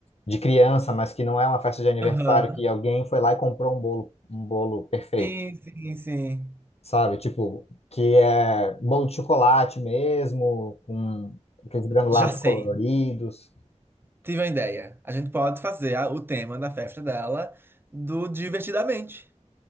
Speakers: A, on the left; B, on the right.
A: de criança, mas que não é uma festa de aniversário
B: Aham.
A: que alguém foi lá e comprou um bolo, um bolo perfeito?
B: Sim, sim, sim.
A: sabe? Tipo, que é bolo de chocolate mesmo, com aqueles granulados
B: Já sei.
A: coloridos.
B: Tive uma ideia. A gente pode fazer a- o tema da festa dela do Divertidamente.